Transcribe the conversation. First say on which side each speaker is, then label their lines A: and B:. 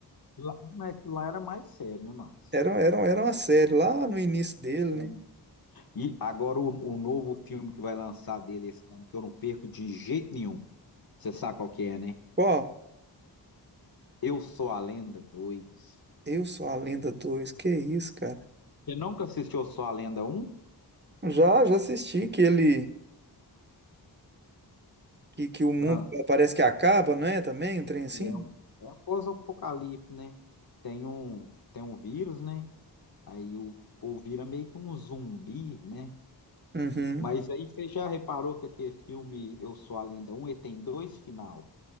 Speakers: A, on the left; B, on the right.
A: Lá, é que lá era mais sério, né, Márcio?
B: Era, era, era uma série lá no início dele,
A: É,
B: né?
A: né? E agora o, o novo filme que vai lançar dele esse ano, que eu não perco de jeito nenhum. Você sabe qual que é, né?
B: Qual?
A: Eu Sou a Lenda dois.
B: Eu Sou a Lenda 2 que isso, cara?
A: Você nunca assistiu Eu Sou a Lenda um?
B: Já, já assisti que ele. Que, que o mundo
A: Ah,
B: parece que acaba, não é? Também, um trem assim?
A: é um é pós-apocalipse, né? Tem um, tem um vírus, né? Aí o, o povo vira meio que um zumbi, né?
B: Uhum.
A: Mas aí você já reparou que aquele filme Eu Sou a Lenda um ele tem dois final.